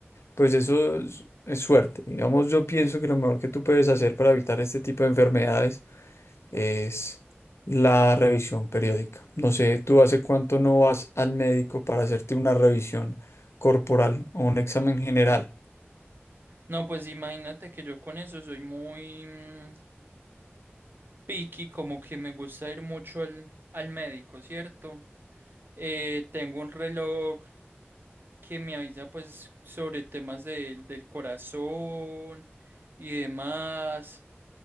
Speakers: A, on the left; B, on the right.
A: pues eso es, es suerte. Digamos, yo pienso que lo mejor que tú puedes hacer para evitar este tipo de enfermedades es la revisión periódica. No sé, ¿tú hace cuánto no vas al médico para hacerte una revisión corporal o un examen general?
B: no, pues imagínate que yo con eso soy muy... mm, picky, como que me gusta ir mucho al, al médico, ¿cierto? Eh, tengo un reloj que me avisa pues sobre temas del del corazón y demás.